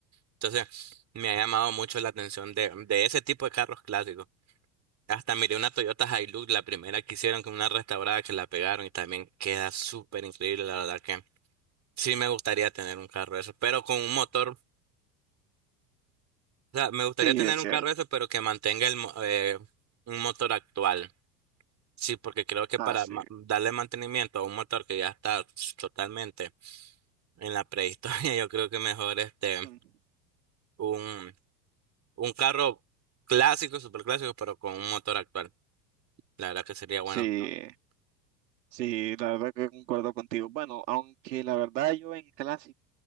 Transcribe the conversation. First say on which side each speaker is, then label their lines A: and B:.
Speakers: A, on the right; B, on the right.
A: Entonces, me ha llamado mucho la atención de, de ese tipo de carros clásicos. Hasta miré una Toyota Hilux, la primera que hicieron con una restaurada que la pegaron y también queda súper increíble, la verdad que sí me gustaría tener un carro de esos, pero con un motor, o sea, me gustaría
B: Sí,
A: tener
B: es
A: un
B: cierto.
A: carro de esos, pero que mantenga el, mo- eh, un motor actual. Sí, porque creo que
B: Ah,
A: para
B: sí.
A: ma- darle mantenimiento a un motor que ya está totalmente en la prehistoria, <laughs> yo creo que mejor este,
B: Mm.
A: un, un carro clásico, súper clásico, pero con un motor actual. La verdad que sería bueno.
B: Sí, sí, la verdad que concuerdo contigo. Bueno, aunque la verdad yo en clásico,